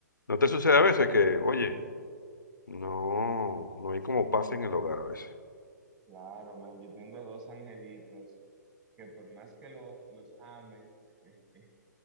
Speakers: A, on the left (about 85°); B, on the right (about 30°).
A: ¿No te sucede
B: Sí,
A: a veces que, oye, no, no hay como paz en el hogar a veces?
B: claro, man, yo tengo dos angelitos que por más que lo- los ame, <laughs>